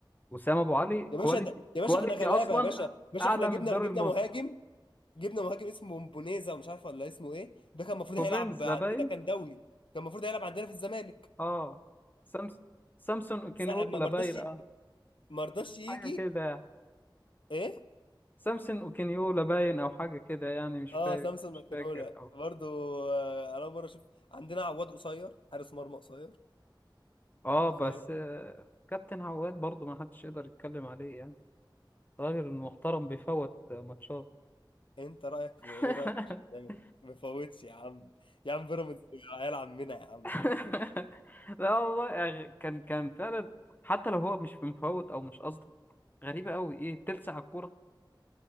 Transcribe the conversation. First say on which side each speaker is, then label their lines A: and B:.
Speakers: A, on the left; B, on the left.
A: وسام ابو علي
B: يا باشا
A: كواليتي
B: ده يا باشا
A: كواليتي
B: احنا غلابه
A: اصلا
B: يا باشا يا باشا
A: اعلى
B: احنا جبنا
A: من الدوري
B: جبنا
A: المصري
B: مهاجم جبنا مهاجم اسمه بونيزا ومش عارف ولا اسمه ايه ده كان المفروض
A: بوبينز
B: هيلعب عندنا
A: ده باين
B: كان دولي كان المفروض هيلعب عندنا في الزمالك
A: اه سامس سامسون اوكينيولا
B: سا- ما ما
A: باين
B: رضاش ي-
A: اه
B: ما رضاش يجي
A: حاجة كده
B: ايه
A: سامسون اوكينيولا باين او حاجة كده يعني مش
B: اه
A: فاكر
B: سامسون
A: مش
B: ماكنولا
A: فاكر او
B: برضو آه، انا مره اشوف عندنا عواد قصير حارس مرمى قصير
A: اه بس
B: انت فاهم
A: آه، كابتن عواد برضه ما حدش يقدر يتكلم عليه يعني راجل محترم بيفوت ماتشات
B: انت رايك
A: <laughs>
B: في ايه رايك في الشناوي ما فوتش يا عم يا عم بيراميدز عيال عمنا يا عم
A: <laughs> لا والله يعني كان كان فعلا حتى لو هو مش مفوت او مش قصده غريبه قوي ايه تلسع الكوره